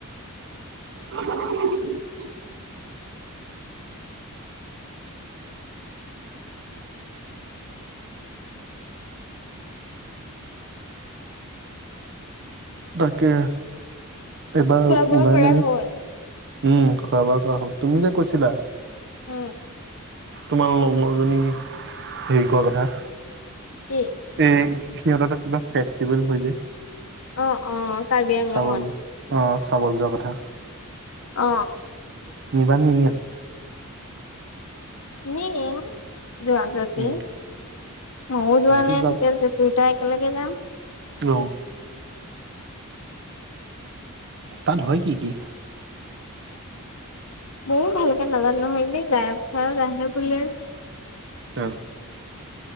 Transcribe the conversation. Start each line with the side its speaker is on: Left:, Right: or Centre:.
Right: <inaudible> তাকে এবাৰ
Left: খোৱা বোৱা
Right: ওলাই
Left: কৰা
Right: মেলি
Left: হ'ল
Right: উম খোৱা বোৱা কৰা হ'ল। তুমি যে কৈছিলা
Left: উম
Right: তোমাৰ লগৰ জনী হেৰি কোৱা কথা।
Left: কি?
Right: এ সিহঁতৰ এটা কিবা ফেষ্টিভেল হয় যে
Left: অ অ কাৰ্বি আংলঙত
Right: চাবলে। অ চাবলে যোৱা কথা।
Left: অ।
Right: নিবানে নিনিয়া?
Left: নিম যোৱা যদি,
Right: উম
Left: মইয়ো যোৱা
Right: মইতো
Left: নাই
Right: যাম
Left: তেতিয়া তিত- দুইটাই একেলগে যাম।
Right: গঅ। তাত হয় কি কি?
Left: মইয়ো ভালকে নাজানো নহয়, এনেই গায়ক চায়ক আহে বোলে।
Right: তা।